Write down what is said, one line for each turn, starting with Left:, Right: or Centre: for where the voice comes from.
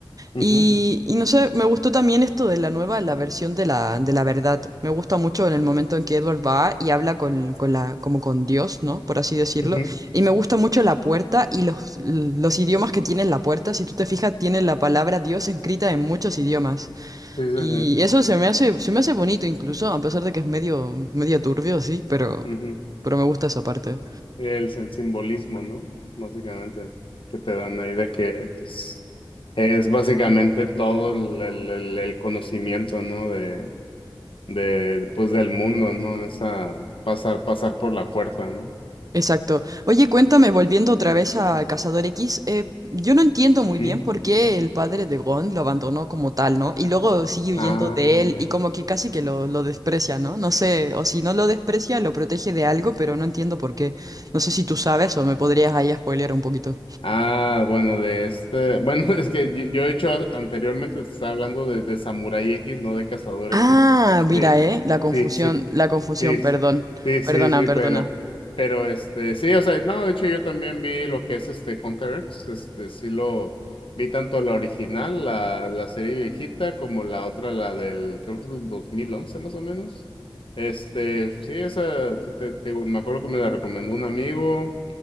Left: Ujú,
Right: Y, y no sé, me gustó también esto de la nueva, la versión de la, de la verdad. Me gusta mucho en el momento en que Edward va y habla con, con la, como con Dios, ¿no? Por así decirlo.
Left: ujú.
Right: Y me gusta mucho la puerta y los, los idiomas que tiene la puerta. Si tú te fijas, tiene la palabra Dios escrita en muchos idiomas.
Left: Sí, sí,
Right: Y
Left: sí.
Right: eso se me hace, se me hace bonito incluso, a pesar de que es medio, medio turbio, sí, pero,
Left: Ujú.
Right: pero me gusta esa parte.
Left: El, el simbolismo, ¿no? Básicamente, que te dan ahí de que pues, es básicamente todo el, el- el- el conocimiento, ¿no? De, de, pues, del mundo, ¿no? Esa pasar, pasar por la puerta, ¿no?
Right: Exacto. Oye, cuéntame, volviendo otra vez a Cazador X, eh, yo no entiendo muy
Left: ¿Mm?
Right: bien por qué el padre de Gon lo abandonó como tal, ¿no? Y luego sigue huyendo
Left: Ah,
Right: de él
Left: ya.
Right: y como que casi que lo, lo desprecia, ¿no? No sé, o si no lo desprecia, lo protege de algo, pero no entiendo por qué. No sé si tú sabes o me podrías ahí spoilear un poquito.
Left: Ah, bueno, de este. Bueno, <laughs> es que yo, yo he hecho a- anteriormente, te estaba hablando de, de Samurai X, no de Cazador
Right: Ah,
Left: X. Este,
Right: mira, eh, la confusión,
Left: sí, sí,
Right: la confusión,
Left: sí,
Right: perdón.
Left: sí, sí,
Right: Perdona,
Left: sí,
Right: perdona.
Left: pero, pero este, sí, o sea, no, de hecho yo también vi lo que es este Hunter X, este, sí lo vi tanto la original, la, la serie viejita, como la otra, la del, creo que es del 2011 más o menos. Este, sí, esa, te- te- te digo, me acuerdo que me la recomendó un amigo.